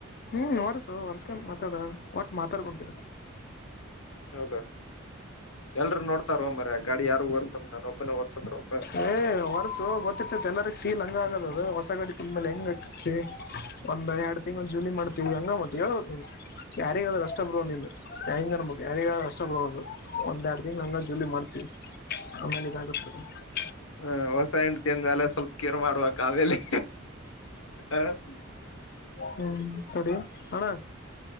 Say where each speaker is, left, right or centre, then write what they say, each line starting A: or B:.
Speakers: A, on the left (about 50°); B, on the left (about 75°).
A: ಹ್ಮ್, ವರ್ಸು ಹೊರ್ಸ್ಕೊಂಡು, ಮಾತಾಡು, ಒಟ್ ಮಾತಾಡ್ಕೊಂಡು ಕುಂತಿರು. <inaudible>
B: ಹೌದಾ, ಎಲ್ರುೂ ನೋಡ್ತಾರೋ, ಮಾರಾಯ, ಆ ಗಾಡಿ ಯಾರು ಒರ್ಸಲ್ಲ ನಾನು, ಒಬ್ಬನೆ, ಒರ್ಸದ್ರು. <inaudible>
A: ಏ, ವರ್ಸು ಗೊತ್ತಿರ್ತೇತಿ, ಎಲ್ಲರಿಗೆ? <unintelligible> ಫೀಲ್, ಹಂಗ ಆಗದ ಅದು! ಹೊಸ ಗಡಿ ತಂದು, ಮೇಲೆ ಹೆಂಗ್ ಆತಿ ಒಂದ್ ಎರಡ್ ತಿಂಗಳು, ಜಾಲಿ, ಮಾಡ್ತವಿ ಹಂಗ ಮತ್ತೆ. <unintelligible> ಲೋ, ಯಾರಿಗಾದ್ರೂ, ಆಸ್ಟೆಬ್ರೋ, ನಿಮ್ಂಗ ನ ಯಾರಿಗರು ಅಷ್ಟೇ, ಬ್ರೋ, ಒಂದ್, ಎರಡು ತಿಂಗಳು. <unintelligible> ಹ್ಯಾಂಗ್ವಾಂಡ್ರೆ, ಜಾಲಿ, ಮಾಡ್ತೀ, ಆಮೇಲೆ ಇದಾಗುತ್ತದೆ? <unintelligible>
B: ಹ್ಮ, ಹೊಸ, ಹೆಂಡತಿ, ಅಂದಮೇಲೇ, ಸ್ವಲ್ಪ ಕೇರ್ ಮಾಡ್ಬೇಕ್, ಅಮೇಲೆಲಿ, ಹ. <unintelligible>
A: ಹ್ಮ್ ಕೊಡ ಹಣ್ಣ